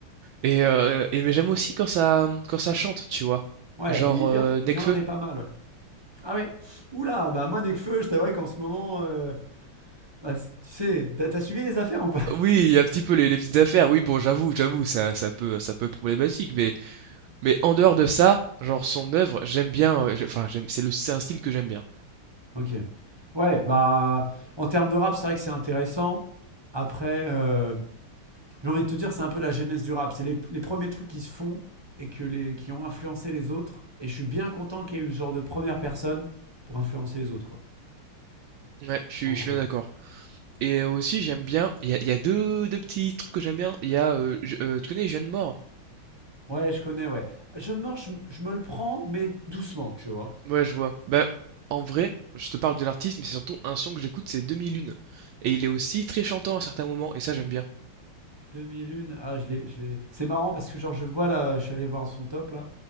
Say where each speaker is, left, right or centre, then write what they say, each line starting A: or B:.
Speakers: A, on the right (about 75°); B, on the right (about 20°).
A: Et heu et mais j'aime aussi quand ça, mmh, quand ça chante, tu vois?
B: Ouais,
A: Genre,
B: il,
A: heu,
B: il en-
A: Nekfeu.
B: il en a des pas mal, ouais. Ah ouais Oula, bah moi, Nekfeu, je t'avouerais qu'en ce moment, euh, bah, tu tu sais, t'as t'as suivi les affaires ou pas <laughs>
A: Oui, il y a un petit peu les les petites affaires. Oui, bon, j'avoue, j'avoue, ça ça peut ça peut être problématique, mais mais en dehors de ça, genre son œuvre, j'aime bien, heu, j'ai enfin, j'aime c'est le c'est un style que j'aime bien.
B: Ok. Ouais, bah, en termes de rap, c'est vrai que c'est intéressant. Après, euh, j'ai envie de te dire, c'est un peu la genèse du rap. C'est les, les premiers trucs qui se font et que les, qui ont influencé les autres. Et je suis bien content qu'il y ait eu ce genre de première personne pour influencer les autres, quoi.
A: Ouais, je suis
B: En
A: je
B: gros.
A: suis bien d'accord et aussi j'aime bien, il y a il y a deux deux petits trucs que j'aime bien. Il y a, heu, je heu, tu connais Jeanne Moore?
B: Ouais, je connais, ouais. Jeune mort, je, m- je me le prends, mais doucement, tu vois.
A: Ouais, je vois. Bah, en vrai, je te parle de l'artiste, mais c'est surtout un son que j'écoute, c'est 2001 et il est aussi très chantant à certains moments et ça, j'aime bien.
B: 2001, ah, je l'ai, je l'ai. C'est marrant parce que, genre, je vois là, je suis allé voir son top là.